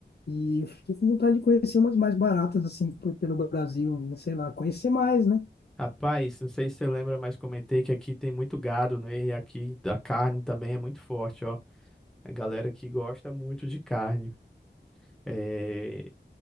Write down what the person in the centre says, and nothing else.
Rapaz, não sei se você lembra, mas comentei que aqui tem muito gado, né? E aqui a carne também é muito forte, ó. A galera que gosta muito de carne. É...